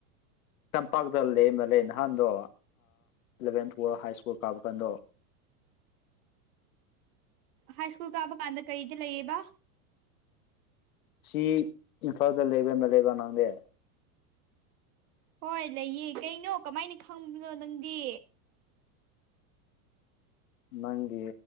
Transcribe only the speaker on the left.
ꯇꯝꯄꯥꯛꯇ ꯂꯦꯝꯕꯅꯦ ꯅꯍꯥꯟꯗꯣ ꯏꯂꯚꯦꯟ ꯊꯨꯋꯦꯜ ꯍꯥꯏ ꯁ꯭ꯀꯨꯜ ꯀꯥꯕ ꯀꯥꯟꯗꯣ
ꯁꯤ ꯏꯝꯐꯥꯜꯗ <unintelligible> ꯂꯩꯕ ꯅꯪꯗꯤ
ꯅꯪꯒꯤ